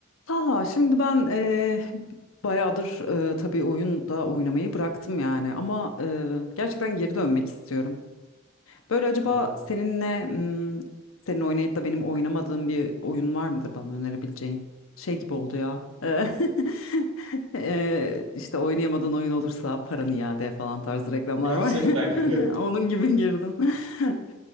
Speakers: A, on the left (about 85°); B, on the right (about 80°).
A: Talha, şimdi ben eee bayağıdır eee, tabii oyun da oynamayı bıraktım yani ama eee, gerçekten geri dönmek istiyorum. Böyle acaba
B: Hı hı.
A: seninle hmm, senin oynayıp da benim oynamadığım bir oyun var mıdır bana önerebileceğin? Şey gibi oldu ya. Eee <laughs> eee, işte oynayamadığın oyun olursa paranı iade falan tarzı reklamlar
B: Gerçekten.
A: var. <laughs>
B: <laughs>
A: Onun gibi girdim. <laughs>